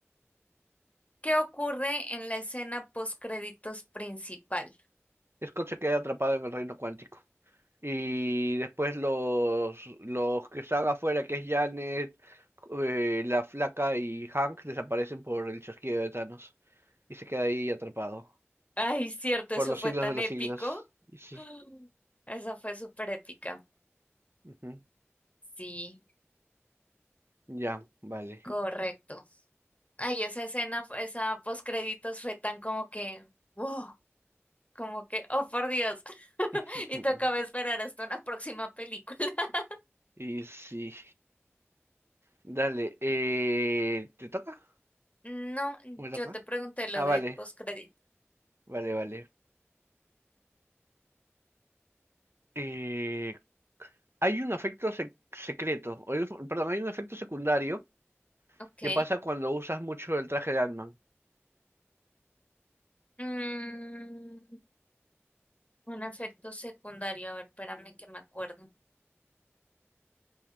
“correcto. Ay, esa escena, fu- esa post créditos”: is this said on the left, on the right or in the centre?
Left